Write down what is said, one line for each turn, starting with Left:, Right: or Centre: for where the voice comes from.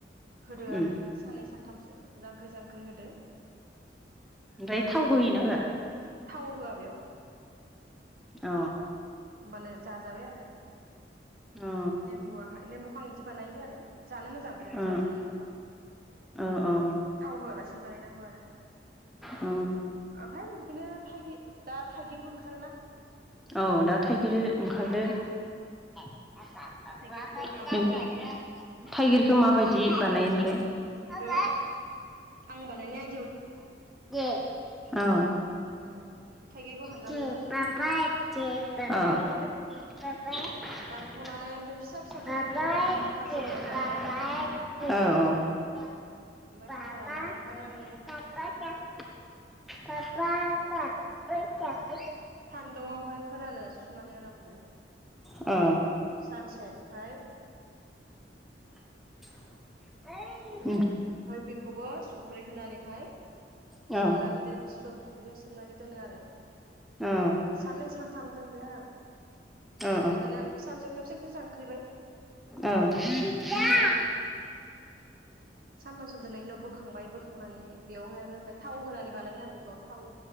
Right: होदो
Centre: उम
Right: आरो साननै सानथामसो जांख्रि जां होदो
Centre: ओमफ्राय
Right: होमबानो
Centre: थाव
Right: बे
Centre: होयोना
Right: निम्बुआ
Centre: होआ
Right: थाव होआ बेयाव।
Centre: अ।
Right: होमबानो जाजाबाय आरो।
Centre: अ
Right: नेम्बुआहाय नेम्बुखौ आं इदि बानायो आरो जानो मोजां बिराद
Centre: ओ
Right: जाजायो गोथाव।
Centre: ओ
Right: थाव होआलासिनो बानायनांगौ आरो
Centre: औ
Right: ओमफाय बि दिनो थाइगि दा थाइगिरबो ओंखारोन।
Centre: औ दा थाइगिर ओंखारदों। नों
Right: थाइगिरखौ बानायो आरो
Centre: थाइगिरखौ माबायदि बानायो ओमफ्राय?
Right: बेखौ आं बानायनाय आयदायाव
Centre: <unintelligible> औ।
Right: ओ थाइगेरखौ हान
Centre: <inaudible> <inaudible> अ। <unintelligible> औ औ। <unintelligible>
Right: बिदिनो दानखावनानै ओमफ्राय फिसा फिसा गोरलै गोरलैखौ हाजोबनानै लाबाय आरो ओमफ्राय हाना लानानैहाय आं
Centre: <unintelligible> <unintelligible>
Right: सान्दुंआवहाय फोरानो सुनानै आरामनो।
Centre: अ।
Right: सानसे ओमफाय
Centre: <unintelligible>
Right: ओमफाय बेखौबो संख्रि होनानैहाय
Centre: औ
Right: सोमनानै दो स्रो दुजायाव सोमनानै दोनो आरो
Centre: औ औ
Right: साननै सान थाम दोनबाय आरो
Centre: औ
Right: आं इदिनो सानसेयाव खेबसे खेबसे जांख्रिबाय।
Centre: औ। <unintelligible>
Right: ओमफ्राय सानथामसो दोननायनि उनाव बोखांबाय बोखांनानै बेवहाय आरो ओमफ्राय थाव होनानै बानायो आरो बेखौ थाव